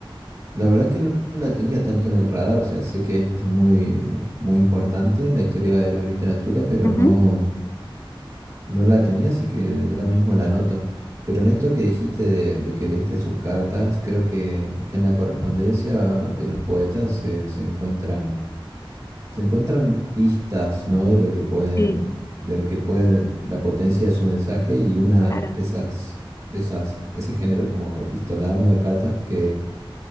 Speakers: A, on the right; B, on the left.
A: La verdad que no, no la tenía tanto en el radar, o sea, sé que es muy, muy importante en la historia de la literatura, pero
B: Ujú.
A: no... No la tenía, así que ya mismo la anoto. Pero en esto que dijiste de, de que leíste sus cartas, creo que, que en la correspondencia de los poetas se, se encuentran, se encuentran pistas, ¿no? De lo que pueden,
B: Sí,
A: de lo que puede, la potencia de su mensaje y una
B: claro.
A: de esas, de esas, ese género como epistolar, ¿no? De cartas que,